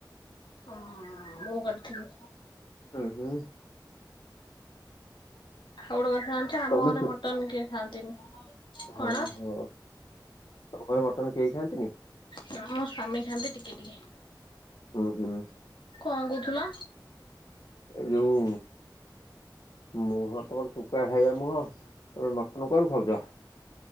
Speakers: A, on the left; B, on the left.
A: ହଁ ମୁଁ କରିଥିଲି
B: ହୁଁ ହୁଁ
A: ଆଉ ଗୋଟେ କଥା ଜାଣିଚ ଆମ
B: ତମେ
A: ଘରେ
B: ଶୁକୁ
A: ମଟନ୍ କିଏ ଖାଆନ୍ତିନି।
B: ହଁ
A: କଣ
B: ହଁ ତମ ଘରେ ମଟନ ମଟନ କେହି ଖାଆନ୍ତିନି?
A: ନା ମୋ ସ୍ୱାମୀ ଖାଆନ୍ତି ଟିକେ ଟିକେ।
B: ଉଁ ହୁଁ
A: କଣ କହୁଥିଲ?
B: ଏ ଯୋଉ ମୁହଁ ତମର ଶୁଖୁଆ ଖାଇବା ମୁହଁ ତମେ ମଟନ କଆଡୁ ଖାଉଛ?